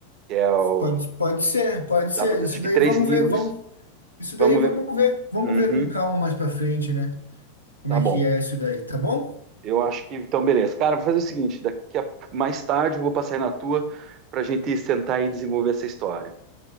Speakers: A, on the right (about 35°); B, on the left (about 85°).
A: Que é o.
B: Pode, pode ser, pode ser.
A: dá pra-
B: Isso
A: acho
B: daí
A: que três
B: vamos
A: livros.
B: ver, vamos, isso
A: Vamos
B: daí vamos
A: ver.
B: ver, vamos
A: Uhum,
B: ver com calma mais pra frente, né? como
A: tá
B: é
A: bom.
B: que é isso daí, tá bom?
A: Eu acho que. Então, beleza. Cara, vou fazer o seguinte: daqui a mais tarde eu vou passar aí na tua pra gente sentar e desenvolver essa história.